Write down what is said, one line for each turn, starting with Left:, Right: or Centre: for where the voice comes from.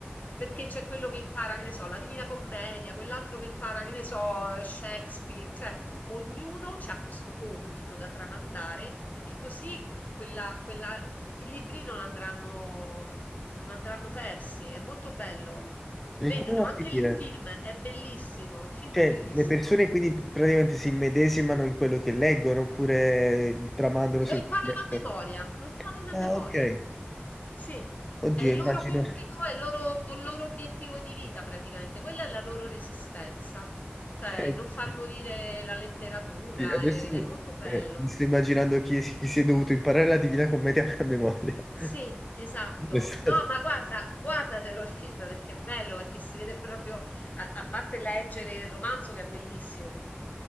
Left: Perché c'è quello che impara, che ne so, la Divina Commedia, quell'altro che impara, che ne so, Shakespeare, cioè ognuno ha questo compito da tramandare, perché così quella- quella- i libri non andranno, non andranno persi. È molto bello. Vedilo,
Centre: E come va a
Left: anche
Centre: finire?
Left: il film è bellissimo, il film
Centre: Cioè,
Left: è bellissimo.
Centre: le persone quindi praticamente si immedesimano in quello che leggono oppure tramandano semplicemente.
Left: Lo imparano a memoria, lo imparano
Centre: Ah,
Left: a memoria.
Centre: ok.
Left: Sì,
Centre: Oddio,
Left: è il
Centre: immagino.
Left: loro compito, è il loro, o il loro obiettivo di vita praticamente, quella è la loro resistenza, cioè
Centre: <laughs>
Left: non far morire la letteratura,
Centre: Sì, Adesso
Left: è, è molto bello.
Centre: eh, mi sto immaginando chi, chi si è dovuto imparare la Divina Commedia a memoria. <laughs>
Left: Sì, esatto.
Centre: È stato-
Left: No, ma guarda, guardatelo il film perché è bello, perché si vede proprio, a, a parte leggere il romanzo che è bellissimo,